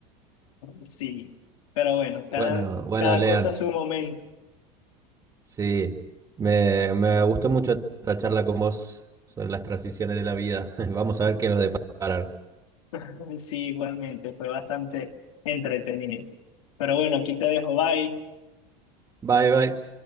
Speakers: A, on the left; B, on the right.
A: Sí, pero bueno, cada,
B: Bueno, bueno,
A: cada
B: Lean,
A: cosa a su momento.
B: sí, me, me gustó mucho esta charla con vos sobre las transiciones de la vida. <laughs> Vamos a ver qué nos deparan.
A: <laughs> Sí, igualmente, fue bastante entretenido. Pero bueno, aquí te dejo, bye.
B: Bye, bye.